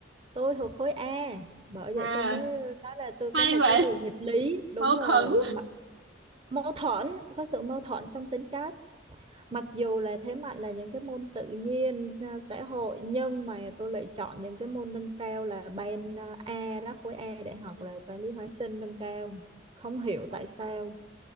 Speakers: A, on the right; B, on the right.
A: tôi thuộc khối A. Bởi vậy
B: à
A: tôi mới nói là tôi có
B: hay
A: một
B: vậy
A: cái điều nghịch lý. Đúng
B: mâu
A: rồi.
B: thuẫn
A: Mà- Mâu thuẫn, có sự mâu thuẫn trong tính cách. mặc dù là thế mạnh là những cái môn tự nhiên à, xã hội nhưng mà tôi lại chọn những cái môn nâng cao là ban à, A đó khối A đại học
B: ừ,
A: là toán lý hóa sinh nâng cao không hiểu
B: ừ,
A: tại sao